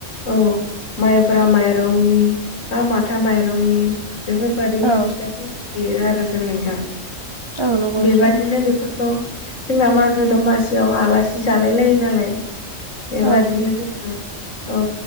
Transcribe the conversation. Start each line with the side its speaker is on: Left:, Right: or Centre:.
Left: औ माइब्रा माइरंनि बा माथा माइरंनि बेफोर बादिहाय
Right: औ
Left: फिथाइफोरखौ देयो आरो जों नोंथां
Right: औ नंगौ नोंथां
Left: बेबादिनो बेफोरखौ जोंना मागो दमासियाव आलासि जालाय लायो नालाय बेबादिनो
Right: औ
Left: जोङो औ